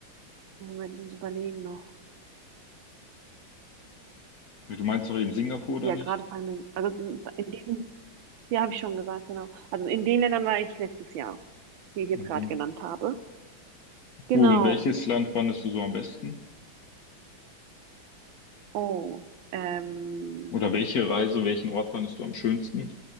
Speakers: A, on the right; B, on the left.
A: Moment, ich muss überlegen noch.
B: Ja, Du meinst doch eben Singapur oder
A: Ja,
B: nicht?
A: gerade fallen mir, also in diesen, ja, habe ich schon gesagt, genau. Also in den Ländern war ich letztes Jahr, die ich jetzt
B: Mhm.
A: gerade genannt habe. Genau.
B: Cool. Und welches Land fandest du so am besten?
A: Oh, ähm,
B: Oder welche Reise, welchen Ort fandest du am schönsten,